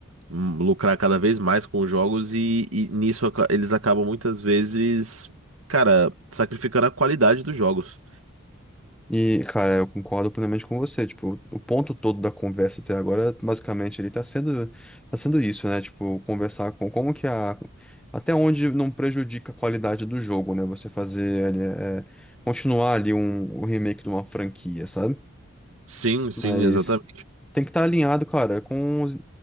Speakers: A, on the right; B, in the centre.
A: hum, lucrar cada vez mais com os jogos e, e nisso aca- eles acabam muitas vezes, cara, sacrificando a qualidade dos jogos.
B: E, cara, eu concordo plenamente com você. Tipo, o ponto todo da conversa até agora, basicamente, ele tá sendo, tá sendo isso, né? Tipo, conversar com como que a. Até onde não prejudica a qualidade do jogo, né? Você fazer ali, é, continuar ali um, o remake de uma franquia, sabe?
A: Sim, sim,
B: Mas
A: exatamente.
B: tem que estar alinhado, cara, com. os-